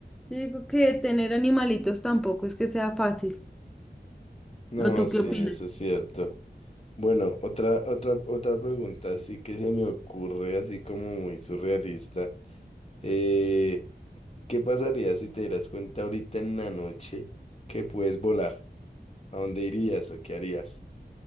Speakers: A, in the centre; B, on the left.
A: Yo digo que tener animalitos tampoco es que sea fácil.
B: No,
A: ¿O tú qué
B: sí,
A: opinas?
B: eso es cierto. Bueno, otra, otra, otra pregunta sí que se me ocurre así como muy surrealista. Eh, ¿qué pasaría si te dieras cuenta ahorita en la noche que puedes volar? ¿A dónde irías o qué harías?